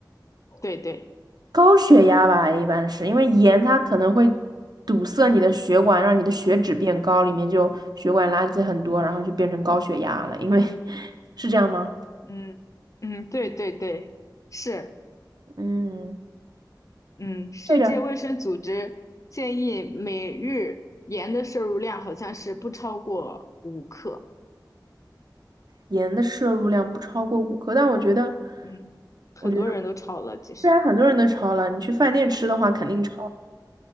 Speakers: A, on the left; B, on the right.
A: 对对。
B: 高血压吧，一般是因为盐它可能会堵塞你的血管，让你的血脂变高，里面就血管垃圾很多，然后就变成高血压了。因为 <laughs> 是这样吗？
A: 嗯嗯，对对对，是，
B: 嗯，
A: 嗯，世界卫生组织建议每日盐的摄入量好像是不超过五克，
B: 这个盐的摄入量不超过五克，但我觉得，
A: 嗯，很多人都超了，
B: 我觉得
A: 其实，
B: 虽然很多人都超了，你去饭店吃的话肯定超。